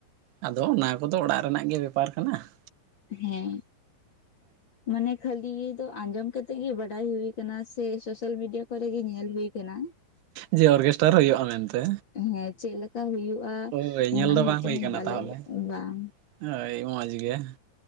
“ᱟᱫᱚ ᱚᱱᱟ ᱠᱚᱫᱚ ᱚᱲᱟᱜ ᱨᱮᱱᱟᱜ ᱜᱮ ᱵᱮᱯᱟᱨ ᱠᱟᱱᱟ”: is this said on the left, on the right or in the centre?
Right